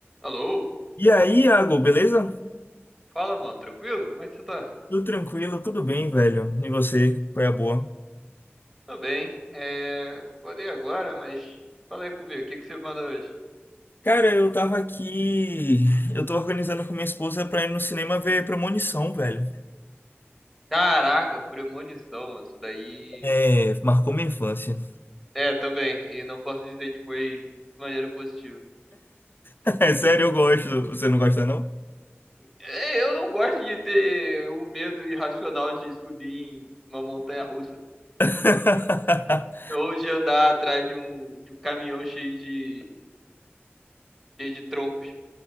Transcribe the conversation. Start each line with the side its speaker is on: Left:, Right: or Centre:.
Centre: Alô?
Left: E aí, Iago, beleza?
Centre: Fala, mano, tranquilo? Como é que você tá?
Left: Tudo tranquilo, tudo bem, velho. E você? Foi a boa?
Centre: Tô bem. É. Acordei agora, mas fala aí comigo, o que que você manda hoje?
Left: Cara, eu tava aqui. Eu tô organizando com minha esposa pra ir no cinema ver Premonição, velho.
Centre: Caraca, premonição, mano, isso daí.
Left: É, marcou minha infância.
Centre: É, também, e não posso dizer que foi de maneira positiva.
Left: <laughs> É sério, eu gosto. Você não gosta, não?
Centre: É, eu não gosto de ter um medo irracional de subir em uma montanha russa,
Left: <laughs>
Centre: ou de andar atrás de um, de um caminhão cheio de, cheio de troncos.